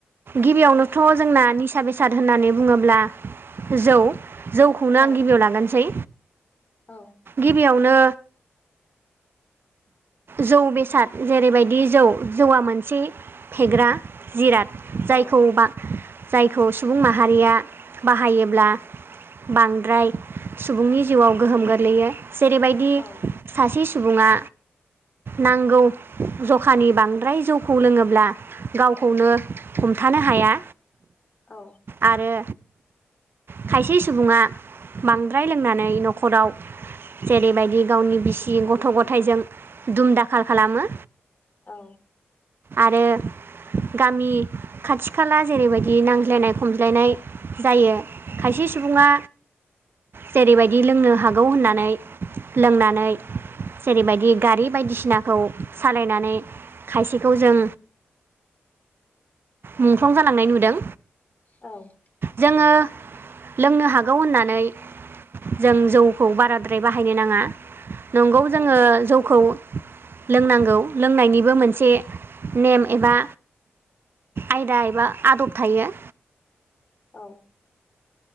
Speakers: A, on the right; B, on the left.
A: गिबियावनोथ' जोंना निसा बेसाद होननानै बुङोब्ला जौ जौखौनो आं
B: औ
A: गिबियाव लानानसै
B: औ
A: गिबियावनो जौ बेसाद जेरैबायदि जौ जौआ मोनसे फेग्रा जिराद। जायखौ
B: औ
A: बा जायखौ सुबुं माहारिया बाहायोब्ला बांद्राय सुबुंनि जिउआव गोहोम गोलैयो जेरैबायदि दि
B: औ
A: सासे सुबुङा नांगौ जखानि बांद्राय जौखौ लोङोब्ला गावखौनो हमथानो हाया।
B: औ
A: आरो खायसे सुबुङा बांद्राय लोंनानै न'खराव जेरैबायदि गावनि बिसि गथ' गथायजों दुम दाखाल खालामो।
B: औ
A: आरो गामि खाथि खाला जेरैबायदि नांज्लायनाय खमज्लायनाय जायो खायसे सुबुङा जेरैबायदि लोंनो हागौ होननानै लोंनानै जेरैबायदि गारि बायदिसिनाखौ सालायनानै खायसेखौ जों मुंख्लं जालांनाय नुदों।
B: औ
A: जोङो लोंनो हागौ होननानै जों जौखौ बाराद्राय बाहायनो नाङा नंगौ
B: औ
A: जोङो जौखौ लोंनांगौ लोंनायनिबो मोनसे नेम एबा आयदा एबा आदब थायो।
B: औ